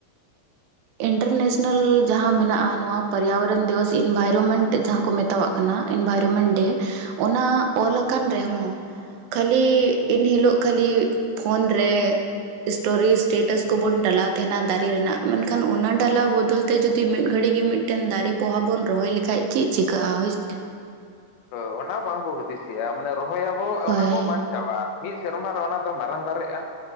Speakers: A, on the left; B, on the right.
A: <inaudible>
B: ᱤᱱᱴᱟᱨᱱᱮᱥᱱᱮᱞ ᱡᱟᱦᱟᱸ ᱢᱮᱱᱟᱜᱼᱟ ᱱᱚᱣᱟ ᱯᱚᱨᱭᱟᱵᱚᱨᱚᱱ ᱫᱤᱵᱚᱥ ᱤᱱᱵᱷᱟᱭᱨᱢᱮᱱᱴ ᱡᱟᱦᱟᱸ ᱠᱚ ᱢᱮᱛᱟᱣᱟᱜ ᱠᱟᱱᱟ ᱠᱟᱱᱟ ᱤᱱᱵᱟᱭᱨᱢᱮᱱᱴ ᱰᱮ ᱚᱱᱟ ᱚᱞ ᱟᱠᱟᱱ ᱨᱮᱦᱚᱸ ᱠᱷᱟᱹᱞᱤ ᱮᱱᱦᱤᱞᱚᱜ ᱠᱷᱟᱹᱞᱤ ᱯᱷᱚᱱ ᱨᱮ ᱥᱴᱚᱨᱤ ᱥᱴᱮᱴᱟᱥ ᱠᱚᱵᱚᱱ ᱰᱟᱞᱟᱣ ᱛᱟᱦᱮᱱᱟ ᱫᱟᱨᱮ ᱨᱮᱱᱟᱜ ᱢᱮᱱᱠᱷᱟᱱ ᱚᱱᱟ ᱰᱟᱞᱟᱣ ᱵᱚᱫᱚᱞ ᱛᱮ ᱛᱮ ᱡᱩᱫᱤ ᱢᱤᱫ ᱜᱷᱟᱹᱲᱤ ᱜᱮ ᱢᱤᱫᱴᱮᱱ ᱫᱟᱨᱮ ᱯᱚᱦᱟ ᱵᱚᱱ ᱨᱚᱦᱚᱭ ᱞᱮᱠᱷᱟᱡ ᱪᱮᱫ ᱪᱤᱠᱟᱹᱜᱼᱟ ᱦᱚᱭᱥᱮ᱾
A: ᱦ ᱚᱱᱟ ᱵᱟᱝᱵᱚ ᱦᱩᱫᱤᱥᱮᱜᱼᱟ ᱢᱟᱱᱮ ᱨᱚᱦᱚᱭ ᱟᱵᱚ
B: ᱦᱳᱭ
A: ᱚᱱᱟ ᱵᱚ ᱵᱟᱧᱪᱟᱜ ᱟᱵᱟ ᱢᱤᱫ ᱥᱮᱨᱢᱟ ᱨᱮ ᱚᱱᱟ ᱫᱚ ᱢᱟᱨᱟᱝ ᱫᱟᱨᱮᱜᱼᱟ